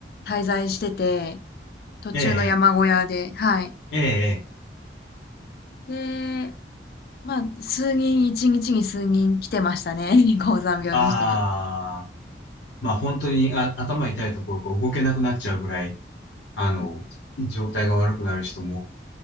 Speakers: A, on the left (about 55°); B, on the left (about 85°).
A: 滞在してて、途中の山小屋で、
B: ええ、ええ、
A: はい。
B: ええ、ええ、
A: で、まあ、数人、一日に数人来てましたね。<laughs> 高山病の人が。
B: ああ、まあ本当にあ頭痛いところか動けなくなっちゃうぐらい、あの、
A: うん、
B: 状態が悪くなる人も